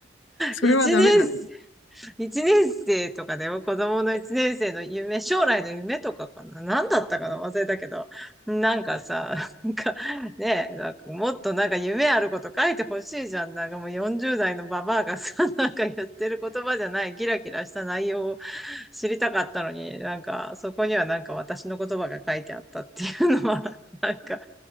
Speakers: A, on the left; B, in the centre.
A: それはダメだね。
B: 一年 <laughs> 一年生とかでも子供の一年生の夢、将来の夢とかかな。何だったかな忘れたけど。なんかさ、なんかねえ、なんかもっとなんか夢あること書いてほしいじゃん。なんかもう40代のババアがさ、なんか言ってる言葉じゃない、キラキラした内容を知りたかったのに、なんか、そこにはなんか私の言葉が書いてあったっていうのは <laughs> なんかあっ